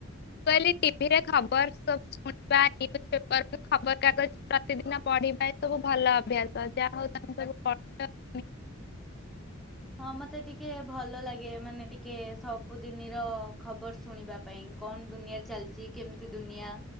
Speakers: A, on the left (about 50°); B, in the centre.
A: କହଲି ଟିଭିରେ ଖବର ସ ଶୁଣିବା ନ୍ୟୁଜ ପେପର ଖବରକାଗଜ ପ୍ରତିଦିନ ପଢିବା ଏସବୁ ଭଲ ଅଭ୍ୟାସ ଯାହା ହଉ ତମେ ସବୁ <inaudible>
B: ହଁ ମତେ ଟିକେ ଭଲ ଲାଗେ ମାନେ ଟିକେ ସବୁଦିନିର ଖବର ଶୁଣିବା ପାଇଁ କଣ ଦୁନିଆରେ ଚାଲିଚି କେମିତି ଦୁନିଆ